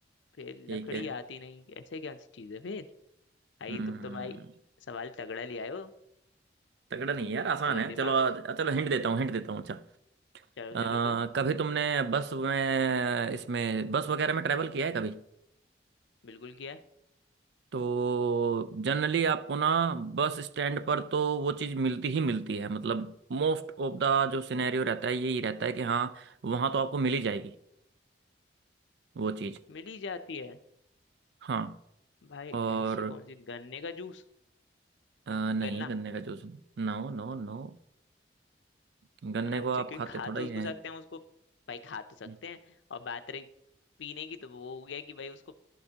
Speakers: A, on the left; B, on the right.
A: फिर
B: ठीक
A: लकड़ी
B: है
A: आती नहीं ऐसे क्या सी चीज है फिर आई
B: हम्म
A: तुम तो भाई सवाल तगड़ा ले आए हो
B: तगड़ा नहीं है यार आसान
A: मतलब
B: है
A: दिमाग
B: चलो आ- चलो हिंट देता हूँ हिंट देता हूँ अच्छा
A: चलो
B: अ,
A: चलो दो
B: कभी तुमने बस में इसमें बस वगैरह में ट्रेवल किया है कभी
A: बिल्कुल किया है
B: तो जनरली आपको ना बस स्टैंड पर तो वो चीज़ मिलती ही मिलती है मतलब मोस्ट ऑफ द जो सिनेरियो रहता है यही रहता है कि हाँ वहाँ तो आपको मिल ही जाएगी वो चीज़
A: मिल ही जाती है
B: हाँ
A: भाई
B: और
A: ऐसी कौन सी गन्ने का जूस
B: अ, नहीं
A: गन्ना
B: गन्ने का जूस नो नो नो गन्ने
A: अच्छा
B: को आप
A: क्योंकि
B: खाते
A: खा
B: थोड़ा
A: तो
B: ही
A: उसको
B: हैं
A: सकते हैं उसको भाई खा तो सकते
B: हम्म
A: हैं और बात रही पीने की तो वो हो गया कि भाई उसको